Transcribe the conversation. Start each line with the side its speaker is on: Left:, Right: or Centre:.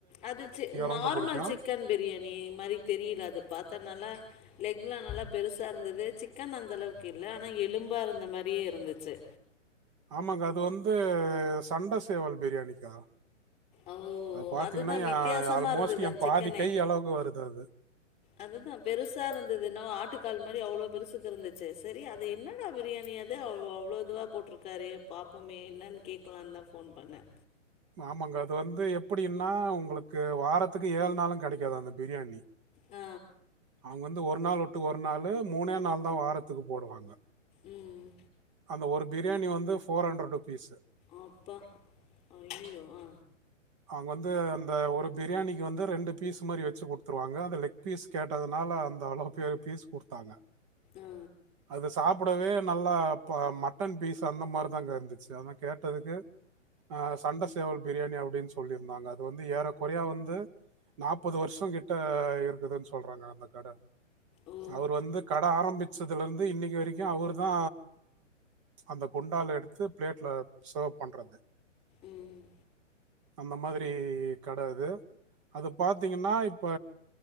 Left: அது சி நார்மல்
Right: ரொம்ப புடிக்கும்?
Left: சிக்கன் பிரியாணி மாரி தெரியல அத பாத்தனால லெக்லா நல்லா பெருசா இருந்துது சிக்கன் அந்த அளவுக்கு இல்ல ஆனா எலும்பா இருந்த மாரியே இருந்துச்சு
Right: ஆமாங்க அது வந்து சண்ட சேவல் பிரியாணிக்கா
Left: ஓ
Right: அது பாத்திங்கனா
Left: அதுதா
Right: எ
Left: வித்தியாசமா
Right: அல்மோஸ்ட்
Left: இருந்தது அந்த
Right: எ பாதி
Left: சிக்கனே
Right: கை அளவுக்கு வருது அது
Left: அதுதா பெருசா இருந்துது என்னவோ ஆட்டுக்கால் மாரி அவ்ளோ பெருசுக்கு இருந்துச்சு சரி அது என்னடா பிரியாணி அது அவ் அவ்ளோ இதுவா போட்ருக்காரே பாப்போமே என்னன் கேக்கலானுதா ஃபோன் பண்ண
Right: ஆமாங்க அது வந்து எப்படின்னா உங்களுக்கு வாரத்துக்கு ஏழு நாளு கெடைக்காது அந்த பிரியாணி
Left: ஆ
Right: அவங்க வந்து ஒரு நாள் உட்டு ஒரு நாளு மூணே நாள்தா வாரத்துக்கு போடுவாங்க
Left: ம்
Right: அந்த ஒரு பிரியாணி வந்து ஃபோர் ஹண்ட்ரட் ருபீஸ்
Left: அப்பா ஐயயோ ஆ
Right: அவங்க வந்து அந்த ஒரு பிரியாணிக்கு வந்து ரெண்டு பீஸ் மாரி வெச்சு குடுத்துருவாங்க அந்த லெக் பீஸ் கேட்டதுனால அந்த அளவுக்கு பீஸ் குடுத்தாங்க
Left: ஆ
Right: அது சாப் டவே நல்லா இப்ப மட்டன் பீஸ் அந்த மாரிதாங்க இருந்துச்சு அதா கேட்டதுக்கு அ சண்ட சேவல் பிரியாணி அப்டின்னு சொல்லிருந்தாங்க அது வந்து ஏற கொறைய வந்து நாப்பது வருஷங் கிட்ட இருக்குதுன் சொல்றாங்க அந்த கட
Left: ஓ
Right: அவரு வந்து கடை ஆரம்பி ச்சலருந்து இன்னைக்கு வரைக்கு அவருதா அந்த குண்டால எடுத்து பிளேட்ல சர்வ் பண்றது
Left: ம்
Right: அந்த மாதிரி கடை அது அது பாத்திங்கன்னா இப்ப